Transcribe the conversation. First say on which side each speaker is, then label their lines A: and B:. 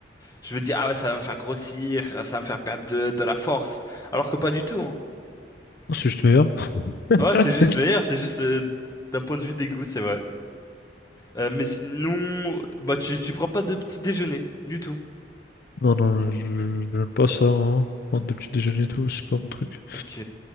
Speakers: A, on the left; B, on the left.
A: Je me dis, ah ouais, ça va me faire grossir, ah, ça va me faire perdre de, de la force. Alors que pas du tout. hein.
B: C'est juste meilleur.
A: Ouais,
B: <laughs>
A: c'est juste meilleur, c'est juste euh, d'un point de vue des goûts c'est vrai. Euh, mais sinon, bah tu, tu prends pas de petit déjeuner, du tout.
B: Non, non, je je- j'aime pas ça, moi. hein. Prendre des petits déjeuners et tout, c'est pas mon truc.
A: Ok.